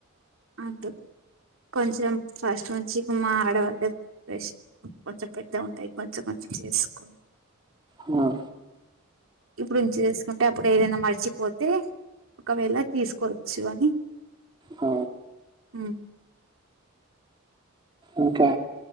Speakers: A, on the right; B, on the right.
A: అందు కొంచెం ఫాస్ట్ నుంచి మా ఆడవాళ్ళ పేషన్ కొంచెం పెద్ద ఉంటయి కొంచెం కొంచెం చేసుకో
B: అ
A: ఇప్పుడుంచి తీస్కుంటే అప్పుడు ఏదైనా మర్చిపోతే ఒకవేళ తీస్కోచ్చు అని
B: అ
A: ఉమ్
B: ఇంకా